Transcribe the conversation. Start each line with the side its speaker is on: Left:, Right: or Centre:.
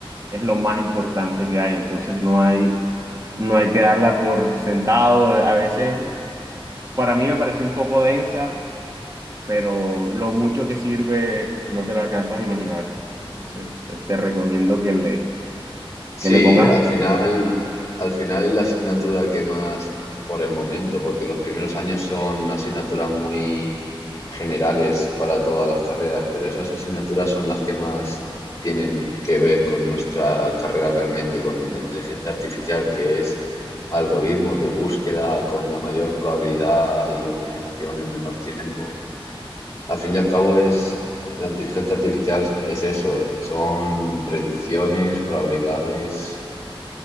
Right: es lo más importante que hay. Entonces no hay, no hay que darla por sentado. A veces, para mí me pareció un poco densa, pero lo mucho que sirve no te lo alcanzas a imaginar. Entonces te, te recomiendo que le,
Left: Sí,
Right: que le pongas.
Left: al final, al final es la asignatura que más por el momento, porque los primeros años son asignaturas muy generales para todas las carreras, pero esas asignaturas son las que más tienen que ver con nuestra carrera realmente, con la inteligencia artificial, que es algoritmos de búsqueda con la mayor probabilidad y optimización en menor tiempo. Al fin y al cabo es... La inteligencia artificial es eso, son predicciones, probabilidades,